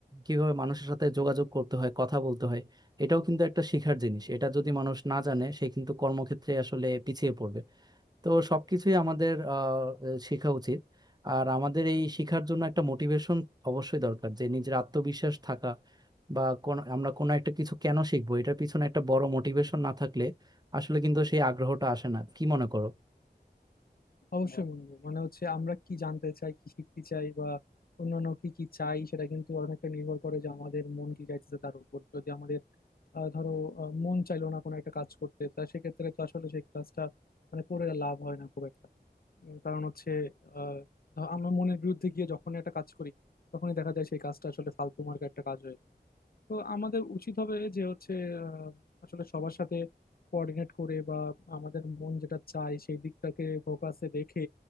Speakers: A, on the right; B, on the left.
A: কিভাবে মানুষের সাথে যোগাযোগ করতে হয় কথা বলতে হয় এটাও কিন্তু একটা শেখার জিনিস এটা যদি মানুষ না জানে সে কিন্তু কর্মক্ষেত্রে আসলে পিছিয়ে পড়বে তো সবকিছুই আমাদের আহ, শেখা উচিত আর আমাদের এই শেখার জন্য একটা মোটিভেশন অবশ্যই দরকার যে নিজের আত্মবিশ্বাস থাকা বা কোন আমরা কোনো একটা কিছু কেন শিখবো এটার পিছনে একটা বড় মোটিভেশন না থাকলে আসলে কিন্তু সেই আগ্রহটা আসে না কি মনে করো
B: অবশ্যই বন্ধু মানে হচ্ছে আমরা কি জানতে চাই কি শিখতে চাই বা অন্যান্য কি কি চাই সেটা কিন্তু অনেকটা নির্ভর করে যে আমাদের মন কি চাইতেছে তার উপর যদি আমাদের আহ, ধরো আহ, মন চাইলো না কোনো একটা কাজ করতে তা সেক্ষেত্রে তো আসলে সেই কাজটা মানে করে লাভ হয় না খুব একটা উম, কারণ হচ্ছে আহ ধ- আমরা মনের বিরুদ্ধে গিয়ে যখন একটা কাজ করি তখনই দেখা যায় সেই কাজটা আসলে ফালতু মার্কা একটা কাজ হয়ে গেল। তো আমাদের উচিত হবে যে হচ্ছে আহ, আসলে সবার সাথে কোঅর্ডিনেট করে বা আমাদের মন যেটা চায় সেই দিকটাকে ফোকাসে রেখে